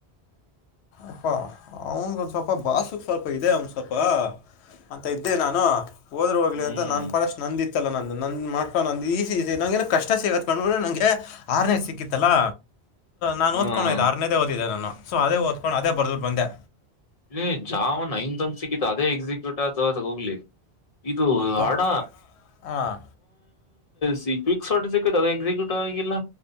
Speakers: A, on the left; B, on the left.
A: ಅಪ್ಪಾ ಅವನ್ಗ ಒಂದ್ ಸ್ವಲ್ಪ ಬಾಾಸಕ್ ಸ್ವಲ್ಪ ಇದೆ ಅವನ್ ಸ್ವಲ್ಪ ಅಂತ ಇದ್ದೆ ನಾನು ಹೋದ್ರರು ಹೋಗ್ಲಿ
B: ಹ್ಮ್
A: ಅಂತ ನಾನನ್ ಪಡಷ್ಟ ನಂದಿತ್ತಲ್ಲ ನಂದು ನಂದ ಮಾಡ ಈ ನ ನ ಕಷ್ಟ ಸೇವಕು ನಂಗೆ ಆರನೇದು ಸಿಕ್ಕಿತ್ತಲ್ಲಾ ನಾನು
B: ಹ್ಮ್
A: ಓದ್ಕೊಂಡೋಯ್ದು ಆರನೇದೇ ಓದಿದ್ದಿದೆ ನಾನು ಸೊ ಅದೇ ಓದ ಅದೇ ಬರದಲ್ ಬಂದೆ
B: ಇ ಜಾವನ್ ಐನ್ತ್ ಒಂದ ಸಿಕ್ಕತ್ತು ಅದೇ ಎಕ್ಸಿಕ್ಯೂಟ್ ಆತ ಹೋಗ್ಲಿ ಇದು
A: ಪ
B: ಆಡ
A: ಹಾಂ
B: ಸಿ ಕ್ವಿಕ್ ಶಾರ್ಟ ಸಿೈತ್ ಅದ ಎಕ್ಸಿಕ್ಯೂಟಿವ್ ಆಗಿಲ್ಲ